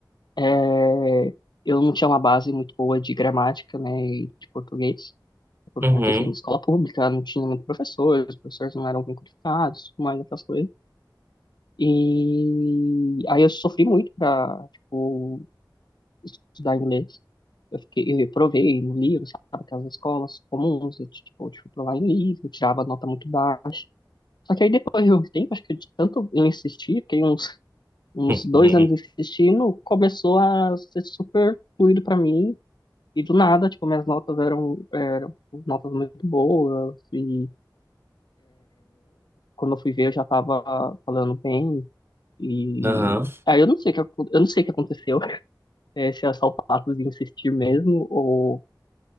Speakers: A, on the left (about 70°); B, on the right (about 30°).
A: é, eu não tinha uma base muito boa de gramática, né, e de português, por
B: uhum,
A: conta, enfim, de escola pública, não tinha muito professor, os professores não eram bem qualificados, tudo mais aquelas coisas. E aí eu sofri muito para, tipo, estudar inglês. Eu fiquei, eu provei no livro, sabe, aquelas escolas comuns, eu, tipo, eu fui provar em livro, eu tirava nota muito baixa. Só que aí depois de um tempo, acho que de tanto eu insistir, fiquei uns, uns
B: <laughs>
A: dois
B: uhum,
A: anos insistindo, começou a ser super fluido para mim, e do nada, tipo, minhas notas eram, eram notas muito boas, e quando eu fui ver eu já tava falando bem, e
B: uhum,
A: aí eu não sei o que, eu não sei o que aconteceu, <laughs> eh, se é só o fato de insistir mesmo, ou